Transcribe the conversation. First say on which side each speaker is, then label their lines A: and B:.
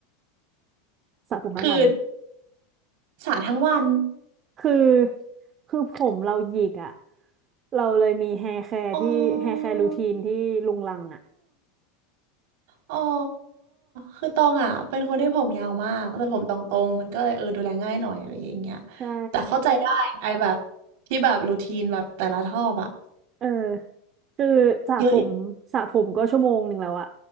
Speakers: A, on the right; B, on the right.
A: สระผมทั้งวัน
B: คือสาทั้งวัน
A: คือคือผมเราหยิกอ่ะเราเลยมีแฮร์แคร์ที่แฮร์แคร์รูทีนที่ลุงลังอ่ะ
B: อ๋ออ๋อคือตองอ่ะเป็นคนที่ผมยาวมากแต่ผมตองตรงมันก็เลยเออดูแลง่ายหน่อยอะไรอย่างเงี้ย
A: ใช่
B: แต่เข้าใจได้ไอ้แบบที่แบบรูทีนแบบแต่ละทอบอะ
A: เออคือสระผมสระผมก็ชั่วโมงหนึ่งแล้วอะ
B: เยอะ